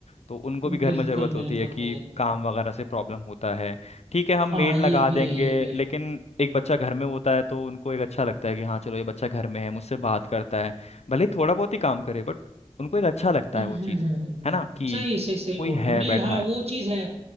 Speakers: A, on the left; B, on the right.
A: तो उनको
B: हम्म
A: भी घर
B: बिल्कुल
A: में ज़रूरत होती
B: बिल्कुल
A: है कि
B: भाई
A: काम वगैरह से प्रॉब्लम होता है ठीक है हम
B: हाँ
A: मेड
B: ये
A: लगा
B: भी
A: देंगे
B: है ये भी
A: लेकिन एक बच्चा घर में होता है तो उनको एक अच्छा लगता है कि हाँ चलो ये बच्चा घर में है मुझसे बात करता है भले ही थोड़ा बहुत ही काम करे बट उनको एक अच्छा लगता
B: हम्म
A: है वो
B: हम्म,
A: चीज़
B: हम्म, हम्म, हम्म, हम्म,
A: है
B: हम्म।
A: ना कि
B: सही सही सही
A: कोई
B: बोल रहे
A: है
B: हो नहीं
A: बैठा
B: हाँ
A: है
B: वो चीज है